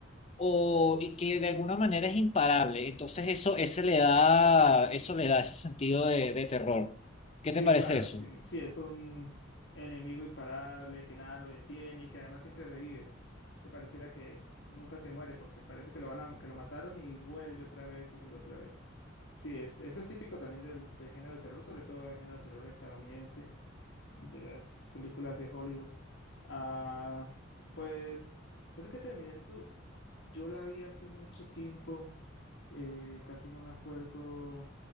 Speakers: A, on the left; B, on the left.
A: o y que de alguna manera es imparable. Entonces eso, ese le da, eso le da ese sentido de, de terror. ¿Qué
B: sí,
A: te parece
B: claro,
A: eso?
B: sí, sí, es un enemigo imparable que nada lo detiene y que además siempre revive, que pareciera que nunca se muere porque parece que lo van a, que lo mataron y vuelve otra vez y vuelve otra vez. Sí, es, eso es típico también del, del género de terror, sobre todo del género de terror estadounidense. de las películas de Hollywood. Ah, pues, pues es que Terminator, yo la vi hace mucho tiempo, eh, casi no me acuerdo